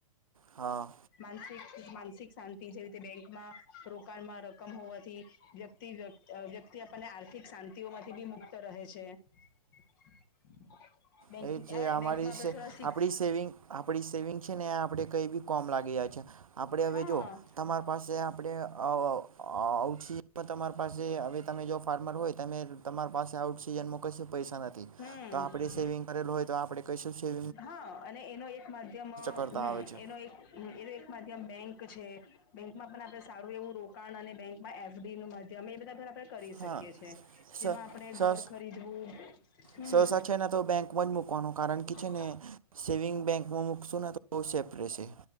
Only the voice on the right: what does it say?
હા
એ જે અમારી
સે
આપણી સેવિંગ આપણી સેવિંગ છે ને આપણે કંઈ બી કોમ લાગી જ છે આપણે હવે
જો તમાર પાસે આપણેછી તમારી પાસે હવે તમે જો ફાર્મર હોય તમે તમારી પાસે આઉટ સિજનમાં કશ પૈસા નથી
તો આપણે સેવિંગ કરેલું હોય તો આપણે કશું છે.
કરતા
આવે છે.
હા
સ
સસ
સહસા છે ને તો બેંકમાં જ મૂકવાનું કારણ કે છે
ને સેવિંગ બેંકમાં મૂકશો ને તો સેપ રહેશે